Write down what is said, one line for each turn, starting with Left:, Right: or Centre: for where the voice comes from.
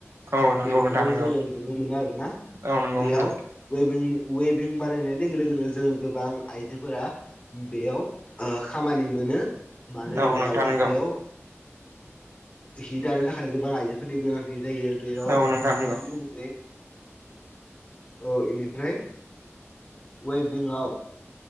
Right: औ नंगौ
Left: बेफोरखौ
Right: नोंथां नंगौ
Left: जोङो नुनो मोनो आरोना
Right: औ नंगौ
Left: बेयाव
Right: नोंथां
Left: वेभिं वेभ बानायनाय लोगो लोगोनो जों गोबां आइजोफोरा बेयाव खामानि मोनो मानो होनोबा
Right: औ नोंथां नंगौ
Left: बेयाव हि दानो थाखाय गोबां आइजोफोरनि गोनांथि जायो बेयाव
Right: औ नोंथां
Left: मोन
Right: नंगौ
Left: लोगोसे औ बेनिफ्राय वेभिंआव